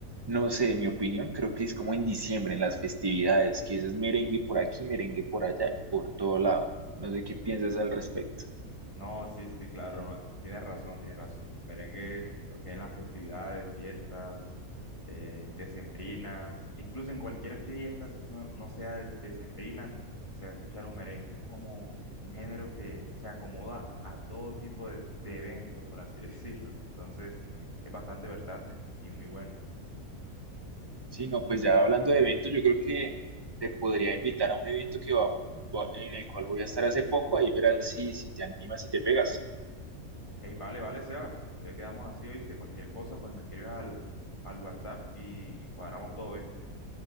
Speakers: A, on the right; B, on the left.
A: no sé, en mi opinión, creo que es como en diciembre, en las festividades, que eso es merengue por aquí, merengue por allá, por todo lado. No sé qué piensas al respecto.
B: No, sí, sí, claro, tienes razón, tienes razón. Merengue, lo que es en las festividades, fiestas, eh, decembrinas, e incluso en cualquier fiesta, si so- no sea de- decembrina, se va a escuchar un merengue, como un género que se acomoda a todo tipo de, de eventos, por así <laughs> decirlo. Entonces, es bastante versátil y muy bueno.
A: Sí, no, pues ya hablando de eventos, yo creo que te podría invitar a un evento que va, va- en el cual voy a estar hace poco, ahí verás si, si te animas y te pegas.
B: Hey, vale, vale, Sebas, ya quedamos así, ¿oíste? Cualquier cosa, pues me escribes al, al WhatsApp y cuadramos todo, ¿oíste?